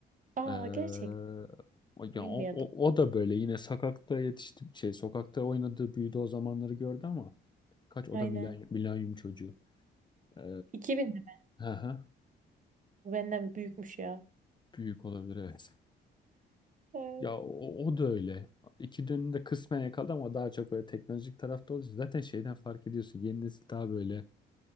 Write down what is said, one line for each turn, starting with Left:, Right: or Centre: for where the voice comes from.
Right: aa
Left: Ee,
Right: gerçekten
Left: o-
Right: bilmiyordum.
Left: ya o, o, o da böyle yine sokakta yetişti, şey sokakta oynadı, büyüdü o zamanları gördü ama kaç o
Right: Aynen.
Left: da milanyum, milanyum çocuğu. Ee,
Right: 2000 mi?
Left: hı hı,
Right: Bu benden büyükmüş ya.
Left: büyük olabilir evet.
Right: Evet.
Left: Ya o, o da öyle. İki dönünü de kısmen yakaladı ama daha çok böyle teknolojik tarafta olduğu zaten şeyden fark ediyorsun. Yeni nesil daha böyle